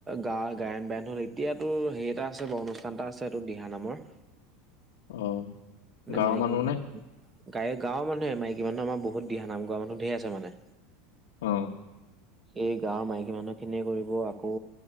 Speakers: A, on the right (about 15°); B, on the left (about 85°).
A: গাৱৰ গায়ন বায়ন হল, এতিয়াতো হেই এটা আছে বাও অনুষ্ঠান এটা আছে এইটো দিহা নামৰ।
B: অ, গাঁৱৰ
A: মাইকী মানুহ
B: নে
A: গাই গাঁৱৰ মানুহে মইকী মানুহ আমাৰ বহুত দিহানাম মানুহ ধেই আছে মানে।
B: অ
A: এই গাৱৰ মাইকী মানুহ খিনিয়ে কৰিব আকৌ,